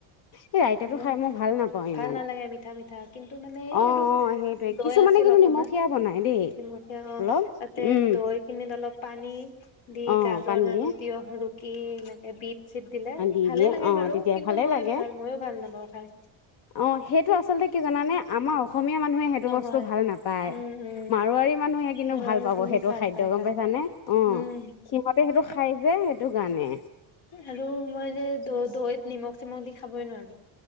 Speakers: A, on the left; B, on the left.
A: এই ৰাইতাটো
B: ম
A: খাই মই ভাল নাপাওঁ
B: ভাল
A: ইমান
B: নালাগে মিঠা মিঠা কিন্তু মানে এই
A: অ
B: আৰু
A: অ সেইটোৱে
B: দৈ
A: কিছুমানে
B: আছিল
A: কিন্তু
B: অকমান
A: নিমখীয়া বনাই দেই
B: নিমখীয়া অ'
A: অলপ
B: তাতে
A: উম
B: দৈখিনিত অলপ পানী দি
A: অ
B: গাজৰ
A: পানী
B: আৰু
A: দিয়ে
B: তিয়হ ৰুকি এনেকে বিট চিট দিলে
A: দ
B: ভালে লাগে
A: অ'
B: বাৰু
A: তেতিয়া
B: কিন্তু
A: ভালে
B: মই
A: লাগে
B: ভাল ময়ো ভাল নাপাওঁ খাই
A: অ' সেইটো আচল কি জানে আমাৰ অসমীয়া মানুহে সেইটো
B: নহয়
A: বস্তু ভাল নাপায়
B: উম উম
A: মাৰোৱাৰী মানুহে কিন্তু
B: ল'ৰা
A: ভাল পাব
B: খিনি
A: সেইটো
B: ভাল
A: খাদ্য
B: পায়
A: গম
B: ভাল
A: পাইছানে
B: পায়
A: অ'
B: উম
A: সিহঁতে সেইটো খাই যে স! ! সেইটো কাৰানে
B: আৰু মই যে দ দৈত নিমখ চিমখ দি খাবই নোৱাৰো